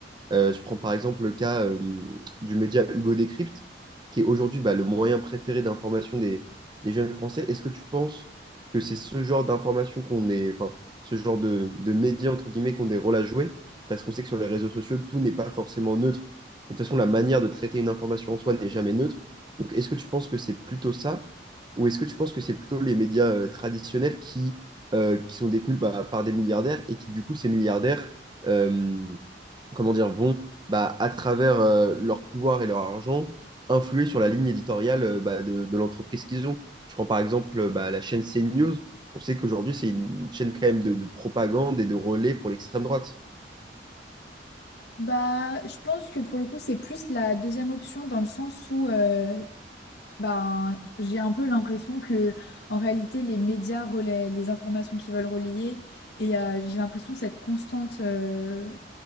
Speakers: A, on the right; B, on the left.
A: Euh, je prends par exemple le cas euh, du média Hugo Décrypte, qui est aujourd'hui bah, le moyen préféré d'information des, des jeunes Français. Est-ce que tu penses que c'est ce genre d'information qu'on est, enfin, ce genre de, de médias, entre guillemets, qu'on des rôles à jouer? Parce qu'on sait que sur les réseaux sociaux, tout n'est pas forcément neutre. Et de toute façon, la manière de traiter une information en soi n'est jamais neutre. Donc, est-ce que tu penses que c'est plutôt ça? Ou est-ce que tu penses que c'est plutôt les médias euh, traditionnels qui, euh, qui sont détenus bah, par des milliardaires et qui, du coup, ces milliardaires... euh, comment dire, vont, bah, à travers euh, leur pouvoir et leur argent, influer sur la ligne éditoriale euh, bah, de, de l'entreprise qu'ils ont. Je prends par exemple euh, bah, la chaîne CNews. On sait qu'aujourd'hui, c'est une chaîne quand même de, de propagande et de relais pour l'extrême droite.
B: Bah, je pense que pour le coup, c'est plus la deuxième option dans le sens où euh, Ben, j'ai un peu l'impression que, en réalité, les médias relaient les informations qu'ils veulent relayer et euh, j'ai l'impression cette constante. euh,